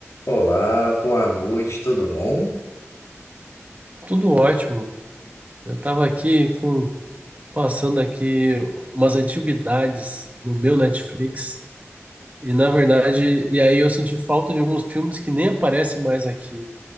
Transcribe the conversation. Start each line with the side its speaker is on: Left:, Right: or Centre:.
Left: Olá, boa noite, tudo bom?
Right: Tudo ótimo. Eu estava aqui com passando aqui umas antiguidades no meu Netflix e na verdade, e aí eu senti falta de alguns filmes que nem aparecem mais aqui.